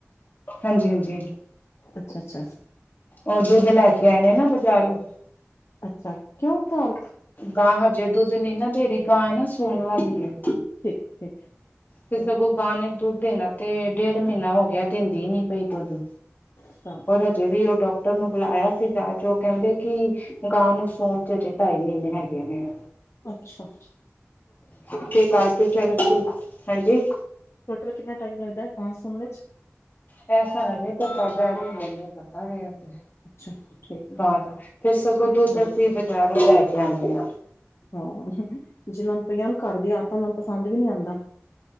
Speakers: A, on the left; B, on the left.
A: ਹਾਂਜੀ-ਹਾਂਜੀ।
B: ਅੱਛਾ-ਅੱਛਾ।
A: ਔ ਦੁੱਧ ਲੈ ਕੇ ਆਏ ਨੇ ਨਾ ਬਜ਼ਾਰੋ।
B: ਅੱਛਾ, ਕਿਉਂ ਕਰ
A: ਗਾਂ ਹਜੇ ਦੁਧ ਣੀ ਨਾ ਦੇਰੀ ਗਾਂ ਏ ਨਾ ਸੂਣ ਵਾਲੀ ਏ।
B: ਠੀਕ, ਠੀਕ। ਠੀਕ
A: ਤੇ ਸਗੋਂ ਗਾਂ ਨੇ ਦੁੱਧ ਦੇਣਾ ਤੇ ਡੇਢ ਮੀਨਾ ਹੋ ਗਿਆ ਦਿੰਦੀ ਈ ਨੀ ਪਈ ਦੁੱਧ।
B: <inaudible>
A: ਔਰ ਹਜੇ ਵੀ ਔ ਡੋਕਟਰ ਨੂੰ ਬੁਲਾਇਆ ਸੀਗਾ ਜੋ ਔ ਕੈਂਦੇ ਕਿ ਗਾਂ ਨੂੰ ਸੂਣ ਚ ਹਜੇ ਢਾਈ ਮੀਨੇ ਹੈਗੇ ਨੇ।
B: ਅੱਛਾ-ਅੱਛਾ
A: <unintelligible> ਕਰਕੇ ਫੇਰ ਅਸੀ ਹਾਂਜੀ।
B: ਟੋਟਲ ਕਿੰਨਾ ਟਾਈਮ ਲੱਗਦਾ ਐ ਗਾਂ ਸੁਣ ਇਚ?
A: ਐਸਾ <unintelligible>
B: ਅੱਛਾ ਠੀਕ ਹੈ
A: ਗਾਂ ਦਾ, ਫਿਰ ਸਗੋਂ ਦੁੱਧ
B: ਹਮ
A: ਅਸੀਂ ਬਜ਼ਾਰੋਂ ਲੈ ਕੇ ਆਣੇ ਆ।
B: ਹਾਂ ਜਿਨਾਂ ਨੂੰ ਪਈਆਂ ਹੋਣ ਘਰ ਦੀ ਆਦਤਾ ਉਨਾਂ ਨੂੰ ਪਸੰਦ ਵੀ ਨੀ ਆਂਦਾ।